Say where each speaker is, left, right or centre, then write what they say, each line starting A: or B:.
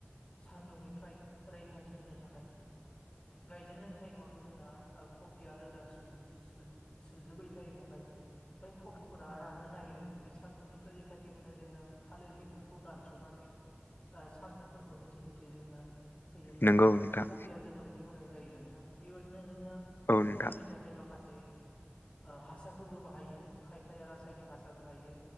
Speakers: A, on the left; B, on the left.
A: सान्दुंनिफ्राय रैखाथि होनो थाखाय गायजेननाय टाइमाव जोंना ओ कफिया रोदा सु-सु-सुजोबै टाइमावहाय बै कफिफोरा रानो नागिरो बे सान्दुंनिफ्राय रैखाथि मोनो जोङो थालिर बिखुंखौ दानस'नानै ओ सान्दुंफोरखौ होथे होथे जोङो हैयोब्ला
B: नंगौ नोंथां
A: कफिया जोबोरैनो मोजां जायो नोंथां बेबायदिनो जोङो
B: औ नोंथां
A: कफिनि थाखाय माखासे ओ हासारफोरबो बाहायो खायफाया रासायनिक हासार बाहायो